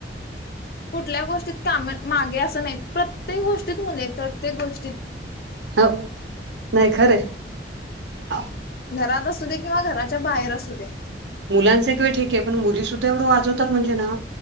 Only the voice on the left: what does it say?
कुठल्या गोष्टीत, कामात मागे असं नाहीत. प्रत्येक गोष्ट ष्टीत, मुली आहेत प्रत्येक गोष्टीत.
घरात असू दे किंवा घराच्या बाहेर असू दे